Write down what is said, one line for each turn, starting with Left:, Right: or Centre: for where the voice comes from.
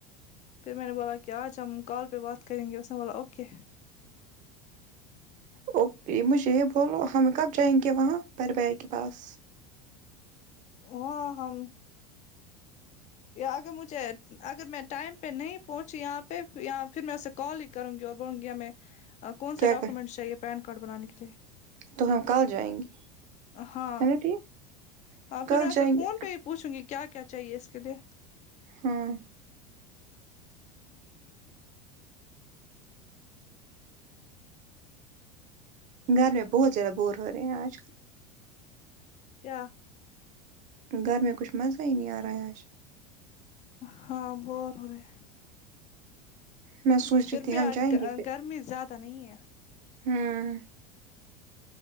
Left: پھر میں نے بولا کہ آج ہم کال پہ بات کریں گے اس نے بولا اوکے
Right: اوکے مجھے یہ بولو ہم کب جائیں گے وہاں پرربیا کے پاس
Left: وہ ہم اگر مجھے اگر میں ٹائم پہ نہیں پہنچی یہاں پہ اں پھر میں اسے کال کروں گی اور بولوں گی ہمیں کون سے
Right: کیا
Left: ڈاکومنٹس
Right: کہ
Left: چاہیے پین کارڈ بنانے کے لیے
Right: تو ہم کل جائیں گے
Left: ہاں
Right: ہے نا ٹھیک
Left: ہاں
Right: کل
Left: پھر ایسے
Right: جائیں
Left: فون
Right: گے
Left: پہ ہی پوچھوں گی کیا کیا چاہیے اس کے لیے
Right: ہاں گھر میں بہت زیادہ بور ہو رہے ہیں آج
Left: کیا
Right: گھر میں کچھ مزہ ہی نہیں آ رہا ہے آج
Left: ہاں بور ہو رہا ہے
Right: میں سوچ رہی تھی
Left: بھی
Right: ہم
Left: آج
Right: جائیں گے کہیں
Left: گرمی زیادہ نہیں ہے
Right: ہاں